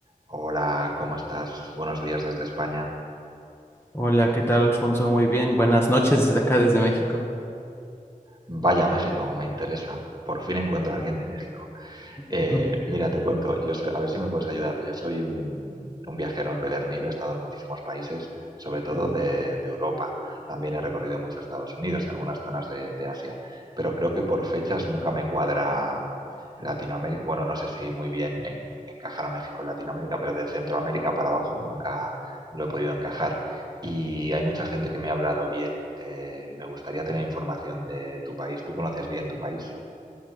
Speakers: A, on the right (about 30°); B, on the left (about 15°).
A: Hola, ¿cómo estás? Buenos días desde España.
B: Hola, ¿qué tal, Alfonso? Muy bien. Buenas noches desde acá, desde México.
A: Vaya, México, me interesa. Por fin encuentro a alguien de México. Eh,
B: Ujú,
A: mira, te cuento, yo soy- a ver si me puedes ayudar. Yo soy un, un viajero empedernido, he estado en muchísimos países, sobre todo
B: ujú.
A: de, de Europa. También he recorrido mucho Estados Unidos y algunas zonas de, de Asia, pero creo que por fechas nunca me cuadra Latinoamérica, bueno, no sé si muy bien en- encajar a México en Latinoamérica, pero de Centroamérica para abajo nunca lo he podido encajar. Y hay mucha gente que me ha hablado bien. Eh, me gustaría tener información de tu país. ¿Tú conoces bien tu país?